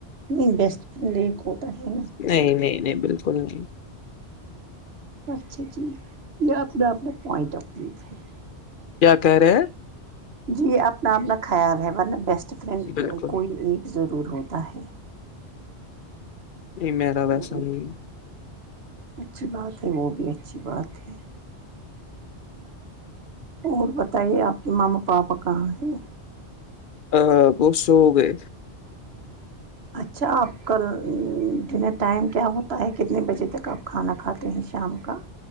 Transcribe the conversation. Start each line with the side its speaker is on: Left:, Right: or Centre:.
Right: می بیسٹ فرینڈ ہی کوٹ ہے نا-
Left: نہیں- نہیں- نہیں بالکل ہی نہیں-
Right: اچھا جی یہ اپنا- اپنا پوائنٹ آف ویو ہے-
Left: کیا کہہ رہے ہیں?
Right: جی اپنا -اپنا خیال ہے ورنہ بیسٹ فرینڈ
Left: بالکل
Right: کوئی ایک ضرور ہوتا ہے-
Left: نہیں میرا ویسا
Right: کوئی
Left: نہیں
Right: اچھی بات ہے وہ بھی اچھی بات ہے- اور بتائیے آپ کی ماما- پاپا کہاں ہے-
Left: ا بہت سو گئے
Right: اچھا آپ کال دنیں ٹائم کیا ہوتا ہے کتنے بجے تک آپ کھانا کھاتے ہیں شام کا-